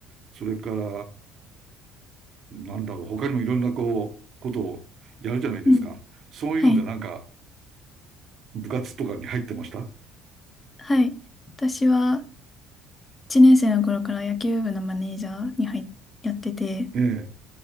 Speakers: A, on the right; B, on the left.
A: それから、なんだろう、他にもいろんなこう、ことをやるじゃないですか。
B: うん。
A: そういうのでなんか、
B: はい。
A: 部活とかに入ってました
B: はい。私は、1年生の頃から野球部のマネージャーに入っ、やってて、
A: ええ、